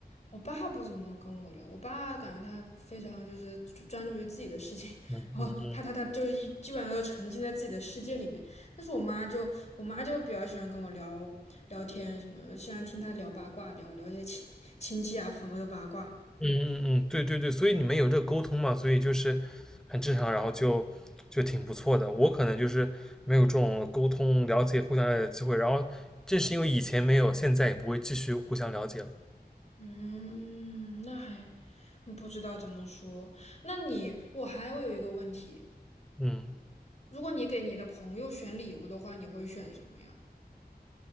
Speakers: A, on the left; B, in the centre.
A: 我爸不怎么跟我聊，我爸感觉他非常就是专注于自己的事情，<laughs>
B: 嗯嗯嗯
A: 然后他他他就是一基本上都沉浸在自己的世界里面。但是我妈就我妈就比较喜欢跟我聊聊天什么的，喜欢听她聊八卦，聊聊一些亲亲戚啊朋友的八卦。
B: 嗯嗯嗯，对对对，所以你们有这个沟通嘛，所以就是很正常，然后就就挺不错的。我可能就是没有这种沟通、了解、互相了解的机会，然后正是因为以前没有，现在也不会继续互相了解了。
A: 嗯，那还嗯不知道怎么说。那你我还会有一个问题，
B: 嗯，
A: 如果你给你的朋友选礼物的话，你会选什么呀？